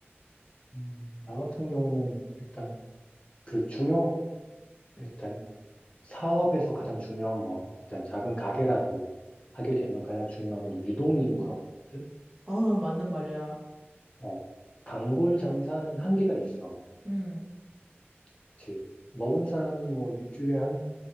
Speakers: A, on the left; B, on the right.
A: 음, 나 같은 경우는 일단 그 중요, 일단 사업에서 가장 중요한 건 일단 작은 가게라도 하게 되면 가장 중요한 건 유동인구라고 보거든.
B: 아 맞는 말이야.
A: 어, 단골 장사는 한계가 있어.
B: 음,
A: 그치. 먹은 사람이 뭐 일주일에 한